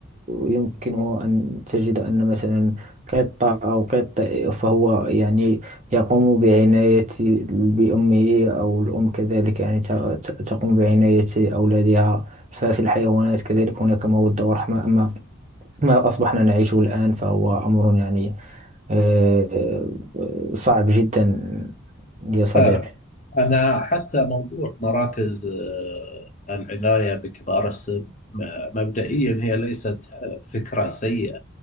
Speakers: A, on the right; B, on the left.
A: يمكنه أن تجد أن مثلا قطة أو قط فهو يعني يقوم بعناية بأمه أو الأم كذلك يعني ت- ت- تقوم بعناية أولادها ففي الحيوانات كذلك هناك مودة ورحمة أما ما أصبحنا نعيشه الآن فهو أمر يعني آه، صعب جدا يا صديقي
B: طبعا أنا حتى موضوع مراكز آه، العناية بكبار السن م- مبدئيا هي ليست آه، فكرة سيئة